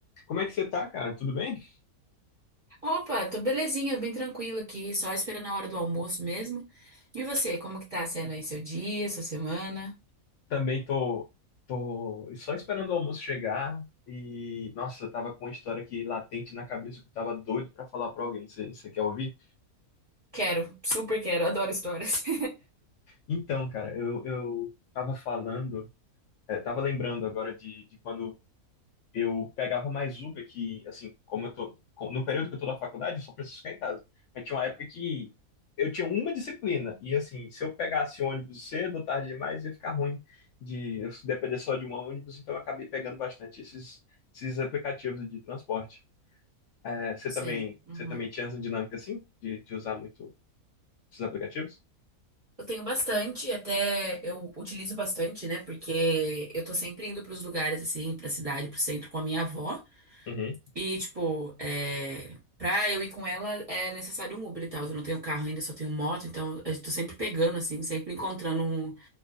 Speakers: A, on the left; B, on the right.
A: Como é que você tá, cara? Tudo bem?
B: Opa, tô belezinha, bem tranquila aqui, só esperando a hora do almoço mesmo. E você, como que tá sendo aí seu dia, sua semana?
A: Também tô, tô só esperando o almoço chegar e, nossa, eu tava com uma história aqui latente na cabeça que eu tava doido pra falar pra alguém. Você você quer ouvir?
B: Quero, super quero, adoro histórias. <laughs>
A: Então, cara, eu, eu tava falando, é, tava lembrando agora de, de quando eu pegava mais Uber que, assim, como eu tô, co- no período que eu tô na faculdade, eu só preciso ficar em casa. Mas tinha uma época que eu tinha uma disciplina, e assim, se eu pegasse ônibus cedo ou tarde demais, ia ficar ruim de eu depender só de um ônibus, então eu acabei pegando bastante esses, esses aplicativos de transporte. É, você
B: Sim.
A: também,
B: uhum.
A: você também tinha essa dinâmica assim, de, de usar muito esses aplicativos?
B: Eu tenho bastante, até eu utilizo bastante, né? Porque eu tô sempre indo pros lugares, assim, pra cidade, pro centro com a minha avó.
A: Uhum.
B: E, tipo, é... pra eu ir com ela é necessário um Uber e tal. Eu não tenho carro ainda, só tenho moto, então eu tô sempre pegando, assim, sempre encontrando um-